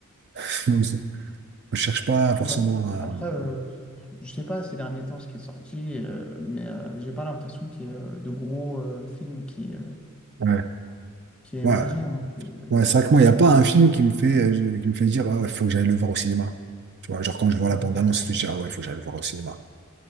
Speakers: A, on the right; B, in the centre.
A: <laughs> On se- cherche pas forcément
B: C'est vrai.
A: à-
B: Après, euh, je sais pas ces derniers temps ce qui est sorti, euh, mais euh, j'ai pas l'impression qu'il y ait euh, de gros euh, films qui, euh,
A: Ouais.
B: qui aient
A: Ouais,
B: émergé. hein. Et, euh,
A: ouais, c'est vrai que moi, il n'y a pas un film qui me fait, euh, qui me fait dire, ah, il faut que j'aille le voir au cinéma. Tu vois, genre quand je vois
B: voilà.
A: la bande-annonce, je me dis, ah ouais, il faut que j'aille le voir au cinéma.